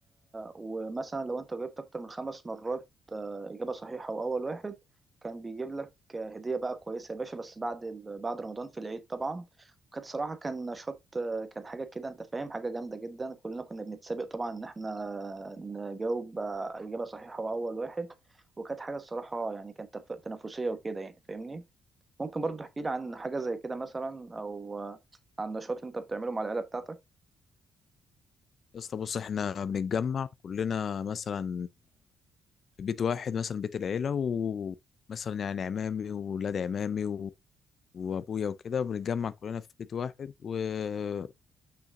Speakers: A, on the right; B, on the left.
A: ومثلا لو انت جاوبت اكتر من خمس مرات آه، اجابه صحيحه واول واحد كان بيجيب لك آه، هديه بقى كويسه يا باشا بس بعد ال... بعد رمضان في العيد طبعا وكانت صراحه كان نشاط آه، كان حاجه كده انت فاهم حاجه جامده جدا كلنا كنا بنتسابق طبعا ان احنا نجاوب آه، اجابه صحيحه واول واحد وكانت حاجة الصراحة يعني كانت تف- تنافسية وكده يعني فاهمني ممكن برضو تحكي لي عن حاجة زي كده مثلا أو آه، عن نشاط أنت بتعمله مع العيلة بتاعتك
B: يا اسطى بص احنا بنتجمع كلنا مثلا في بيت واحد مثلا بيت العيله ومثلا يعني عمامي وولاد عمامي و... وابويا وكده بنتجمع كلنا في بيت واحد وفاهم